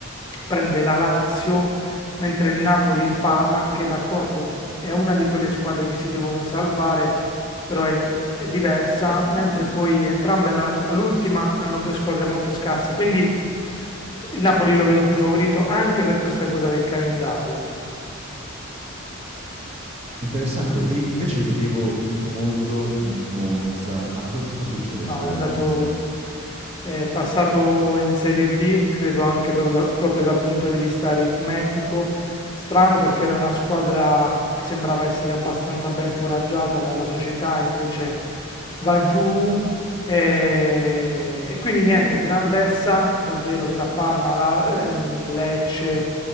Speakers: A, on the left (about 20°); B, on the right (about 30°).
A: prende la Lazio, mentre il Napoli il Parma, che d'accordo è una di quelle squadre che si devono salvare però è, è diversa, mentre poi entrambe alla- all'ultima hanno due squadre molto scarse, quindi il Napoli lo vedo più favorito anche per questa cosa del calendario.
B: Interessante. E invece vedevo in fondo il Monza. Ma cosa sta succedendo
A: No, è andato,
B: al Monza?
A: è passato in Serie B, credo anche proprio, da- proprio dal punto di vista aritmetico. Strano perché era una squadra che sembrava essere abbastanza ben foraggiata dalla società, invece va giù. E, e quindi niente, gran ressa davvero tra Parma, La- ehm, Lecce,